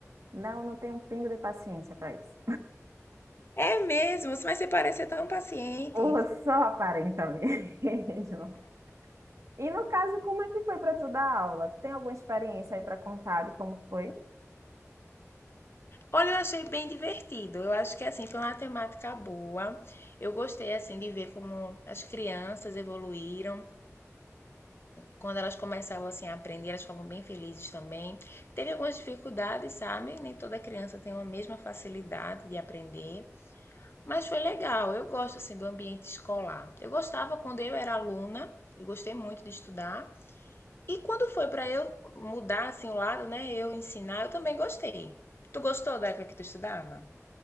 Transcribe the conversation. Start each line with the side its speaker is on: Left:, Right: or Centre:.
Right: Não, não tenho um pingo de paciência para isso.
Left: É mesmo, mas você parece ser tão paciente.
Right: Ou só aparenta mesmo. <laughs> E no caso, como é que foi para tu dar aula? Tem alguma experiência aí para contar de como foi?
Left: Olha, eu achei bem divertido. Eu acho que assim foi uma temática boa. Eu gostei assim de ver como as crianças evoluíram. Quando elas começavam assim a aprender, elas ficavam bem felizes também. Teve algumas dificuldades, sabe? Nem toda criança tem a mesma facilidade de aprender, mas foi legal. Eu gosto assim do ambiente escolar. Eu gostava quando eu era aluna, eu gostei muito de estudar. E quando foi para eu mudar assim o lado, né? Eu ensinar, eu também gostei. Tu gostou da época que tu estudava?